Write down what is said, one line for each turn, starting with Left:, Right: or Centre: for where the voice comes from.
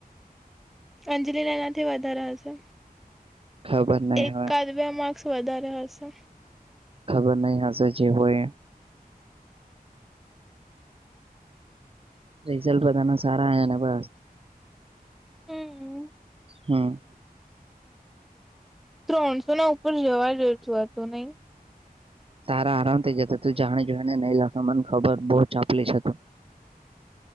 Centre: અંજલિ ના એનાથી વધારા હશે
Right: ખબર નહી
Centre: એકાદ
Right: હવે
Centre: બે માર્ક્સ વધારે હશે
Right: ખબર નહી હશે, જે હોય રિઝલ્ટ બધાના સારા આવ ને બસ
Centre: હમ
Right: હા
Centre: ત્રણસો ના ઉપર જવા ડેસું હતું નહી.
Right: તારા આરામ થઇ જતા તું જાણે જોઈને નહી લતા મને ખબર બહુ ચાપલી છે, તુ